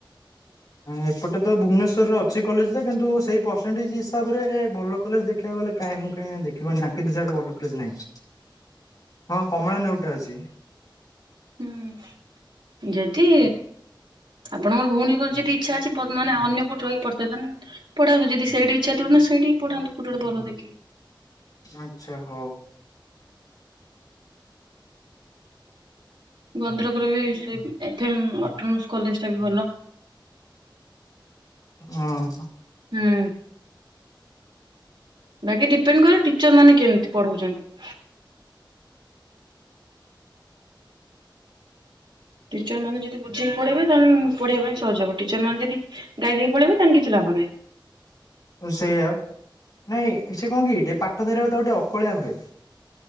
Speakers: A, on the left; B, on the right.
A: ଏପଟେ ତ ଭୁବନେଶ୍ୱରରେ ଅଛି କଲେଜ ଯେ କିନ୍ତୁ ସେଇ ପରସେଣ୍ଟେଜ ହିସାବରେ ଭଲ କଲେଜ ଦେଖିବାକୁ ଗଲେ କାହିଁକି ନା ଦେଖିବ <unintelligible> ଭଲ କଲେଜ ନାହିଁ। ହଁ କମଳା ନେଉଟା ଅଛି।
B: ହୁଁ ଯଦି ଆପଣଙ୍କର ଭଉଣୀଙ୍କର ଯଦି ଇଚ୍ଛା ଅଛି ପ ମାନେ ଅନ୍ୟ କୋଉଠି ରହି ପଢୁ ଧାଇତ ନା ପଢାନ୍ତୁ ଯଦି ସେଇଠି ଇଛା ଥିବ ନା ସେଇଠି ପଢାନ୍ତୁ <unintelligible> ଦେଖି।
A: ଆଛା ହଉ।
B: ଭଦ୍ରକରେ ବି ସେ ଏଫ ଏନ୍ ଅଟନମସ୍ କଲେଜ ଟା ବି ଭଲ।
A: ଅଁ ହ।
B: ହୁଁ ବାକି ଡିପେଣ୍ଡ କରେ ଟିଚର ମାନେ କେମିତି ପଢଉଛନ୍ତି। ଟିଚର ମାନେ ଯଦି ବୁଝେଇକି ପଢେଇବେ ତା ପଢେଇବା ପାଇଁ ସହଜ ହବ ଟିଚର ମାନେ ଯଦି ଗାଇ ଦେଇକି ପଳେଇବେ ତାହେଲେ କିଛି ଲାଭ ନାହିଁ।
A: ସେଇଆ ନାଇଁ ସେ କଣ କି ଟିକେ ପାଠ ଧରିବାକୁ ତାକୁ ଟିକେ ଅକଳିଆ ହୁଏ।